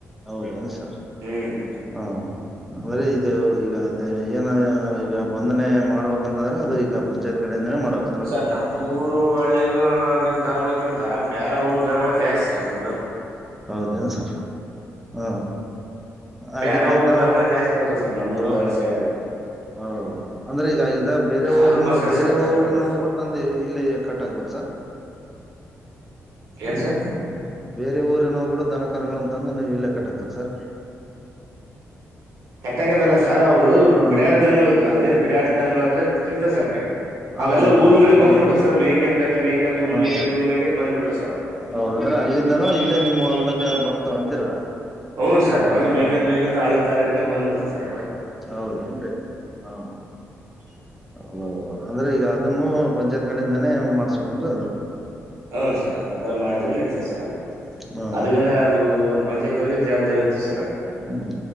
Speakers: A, in the centre; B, on the right.
A: ಹೌದಾ ಸರ್
B: ಹ್ಮ್
A: ಹಾ ಅಂದ್ರ ಇದು ಈಗ ಅದೇ ಏನ ಈಗ ಬಂಧನೆ ಮಾಡ್ಬೇಕ ಅಂತ ಅಂದರ್ ಅದು ಈಗ ಪಂಚಾಯತ್ ಕಡೆಯಿಂದ ಮಾಡಬೇಕ ಅಲ್ವಾ
B: ಸರ್ ನಮ್ಮೂರು ಹಳ್ಳಿಗ ದನಗಳಕಿಂತ ಬೇರೆ ಊರು ದನಗಳು ಜಾಸ್ತಿ <unintelligible>
A: ಹೌದೇನು ಸರ್ ಹಾ ಹಾಗಿದ್ದಾಗ
B: ಬೇರೆ ಊರ್ ದನಗಳ ಜಾಸ್ತಿ ಬರ್ತವೆ ಸರ್ ನಮ್ಮೂರ್
A: ಹೌದೌದು
B: ಸೈಡ್ ಎಲ್ಲಾ
A: ಹೌದೌದು ಅಂದ್ರೆ ಈಗಾಗಿದೆ ಬೇರೆ ಊರನ್ನ
B: ಅದಕ್ಕೋಸ್ಕರ
A: ಬೇರೆ
B: ಸರ್ ಆತರ
A: ಊ್ರನ
B: ಇರೋದು
A: ಹೋಗ ತಂದೆ ಇಲ್ಲಿ ಕಟ್ಕ್ಬದು ಸರ್ <unintelligible>
B: ಏನ್ ಸರ್
A: ಊರಿನ ಕೂಡ ಧನ ಗಳುಂತ ತಂದು ನೀವು ಇಲ್ಲೇ ಕಟ್ಟಗಬೋಧು ಸರ್
B: ಕೆಟ್ಟಾಗದಲ್ಲ ಸಾರ್ ಅವವು
A: ಹಾ
B: ಬಿಡಾಡ್ದ ಅದೆಂತ <inaudible> ಬೀಡಾಧು ಅಂದ್ರೆ ಬಿಟ್ಟಿರ್ತ ಸರ್ೆ
A: ಹೌದೌದೌದು
B: ಅವೆಲ್ಲ. ಊರುಗಳಲ್ಲ
A: ಸರ್
B: ಬಂದ್
A: ಹ್ಮ್
B: ಬಿಡ್ತ ಸರ್ ಮೇಕೆಂತಂಗ ಮೇಕ ಅಂತ
A: ಹ
B: ಉರುಲ್ ಮೇಕಂತ ಉ ಮೇಕಂತ ಬಂದ್ಬಡ್ತ ಸರ್ ಅವ
A: ಹೌದಂದ್ರೆ ಅಲ್ಲಿಂದನೂ ಇಲ್ಲೇ ನಿಮ್ಮ್ ಹೊಲ್ಕ್ಕ ಬರ್ ಅಂತೀರಾ
B: ಹ್ನ್ ಸ ಅವಾಗ
A: ಹಾ
B: ಮೈಗಂದ ಮೈಗಂತ ಅಳ್ಳದ ದಾರಿ ಇಡ್ಕೊಂಡು ಬಂದ್ಬಡ್ತವ ಸರ್ ಅವಾಗ
A: ಹೌದನ್ರಿ ಹಾ ಹೌದೌದ ಅಂದ್ರೆ ಈಗ ಅದನ್ನು ಪಂಚಾಯತ್ ಕಡಿಂದಾನೇ ಮಾಡ್ಸ್ಕೇನ್ರ ಅದು
B: ಹೌನ್ ಸರ್ ಆತರ ಮಾಡಿದ ನಡತೇದ ಸರ್ ಅದು
A: ಹಾ
B: ಅದಗನ ಅದು ಪಂಚಾಯತ್ ಅವ್ರಿಗೆ ಜವಾಬ್ದಾರಿ ಇರ್ತದೆ ಸರ್ ಅದು
A: ಹ್ಮ್